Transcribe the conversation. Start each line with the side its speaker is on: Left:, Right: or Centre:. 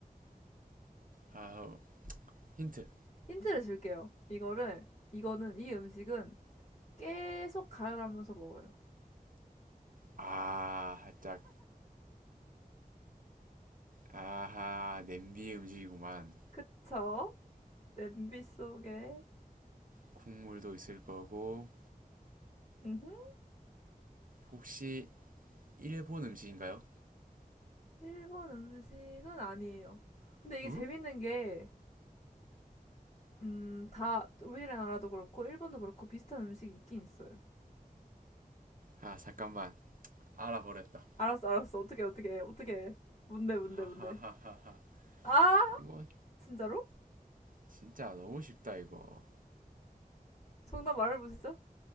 Right: 아 어, 힌트
Left: 힌트를 줄게요. 이거를, 이거는, 이 음식은 계속 가열하면서 먹어요.
Right: 아 살짝 아하 냄비 음식이구만
Left: 그쵸? 냄비 속에.
Right: 국물도 있을 거고
Left: 음흠.
Right: 혹시 일본 음식인가요?
Left: 일본 음식은 아니에요. 근데 이게
Right: 응?
Left: 재밌는 게, 음, 다, 우리나라도 그렇고, 일본도 그렇고, 비슷한 음식이 있긴 있어요.
Right: 아 잠깐만 알아버렸다
Left: 알았어, 알았어. 어떻게, 어떻게, 어떻게. 뭔데, 뭔데,
Right: 하하하하하
Left: 뭔데. 아!
Right: 이거
Left: 진짜로?
Right: 진짜 너무 쉽다 이거
Left: 정답 말해보시죠.